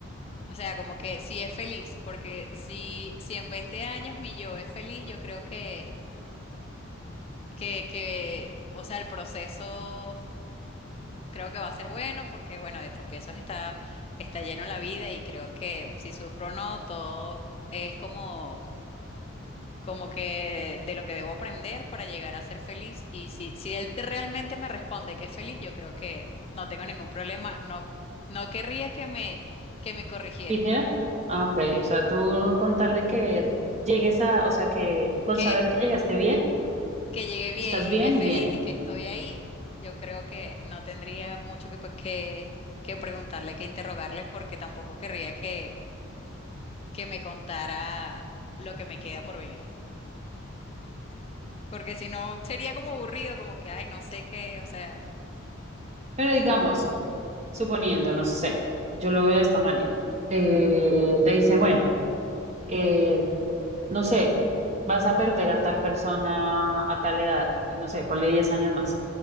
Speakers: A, on the left; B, on the right.
A: O sea, como que si es feliz, porque si, si en 20 años mi yo es feliz, yo creo que, que, que, o sea, el proceso creo que va a ser bueno, porque bueno, de tropiezos está, está lleno la vida y creo que si sufro o no, todo es como como que de lo que debo aprender para llegar a ser feliz. Y si, si él de- realmente me responde que es feliz, yo creo que no tengo ningún problema. No, no querría que me, que me corrigiera.
B: ¿Tijera? Ah, ok. O sea, tú con tal de que llegues a, o sea, que con
A: Que,
B: saber que llegaste bien
A: que llegué bien
B: y estás
A: y
B: bien,
A: que feliz
B: bien.
A: y que estoy ahí, yo creo que no tendría mucho que, que, que preguntarle, que interrogarle, porque tampoco querría que, que me contara lo que me queda por vivir. Porque si no, sería como aburrido, como que, ay, no sé qué, o sea.
B: Pero digamos, suponiendo, no sé, yo lo veo de esta manera. Eh, te dice, bueno, eh, no sé, vas a perder a tal persona a tal edad, eh, no sé, ponle 10 años más.